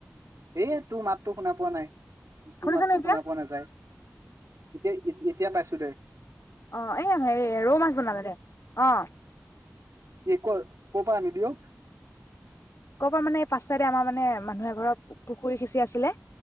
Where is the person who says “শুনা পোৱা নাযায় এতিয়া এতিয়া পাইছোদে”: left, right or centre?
Right